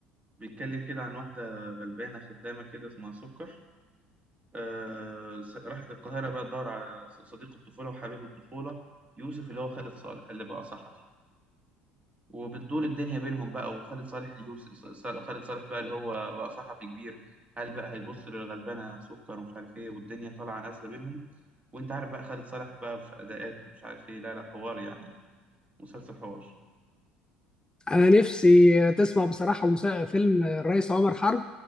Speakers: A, on the right; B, on the left.
A: بيتكلم كده عن واحده غلبانه خدامه كده اسمها سكر آه، س- راحت القاهرة بقى تدور على ص- صديق الطفولة وحبيب الطفولة يوسف اللي هو خالد صالح اللي بقى صحفي وبتدور الدنيا بينهم بقى وخالد صالح اليوسف ص- خالد صالح بقى اللي هو بقى صحفي كبير هل بقى هيبص للغلبانة سكر ومش عارف ايه والدنيا طالعة نازلة بينهم وانت عارف بقى خالد صالح بقى في أداءات ومش عارف ايه لا لا حوار يعني مسلسل حوار
B: انا نفسي تسمع بصراحه مسا- فيلم الرئيس عمر حرب